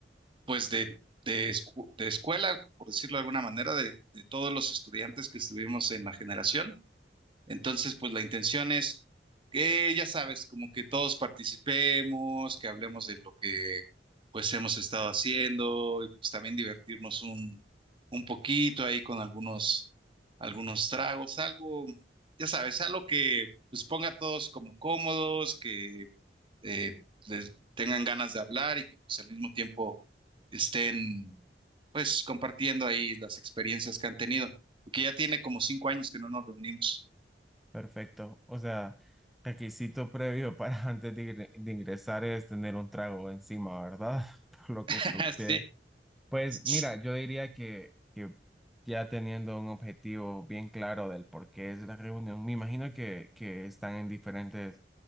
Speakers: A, on the right (about 30°); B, in the centre.
A: pues, de, de, escu- de escuela, por decirlo de alguna manera, de de todos los estudiantes que estuvimos en la generación. Entonces, pues la intención es que, ya sabes, como que todos participemos, que hablemos de lo que pues hemos estado haciendo y pues también divertirnos un, un poquito ahí con algunos, algunos tragos, algo, ya sabes, algo que pues ponga a todos como cómodos, que eh, les tengan ganas de hablar y que pues al mismo tiempo estén pues compartiendo ahí las experiencias que han tenido, porque ya tiene como cinco años que no nos reunimos.
B: Perfecto. O sea, requisito previo para <laughs> antes de, ingre- de ingresar es tener un trago encima, ¿verdad? <laughs> Por lo que
A: <laughs>
B: escuché.
A: Así
B: Pues
A: es.
B: mira, yo diría que, que ya teniendo un objetivo bien claro del por qué es la reunión, me imagino que, que están en diferentes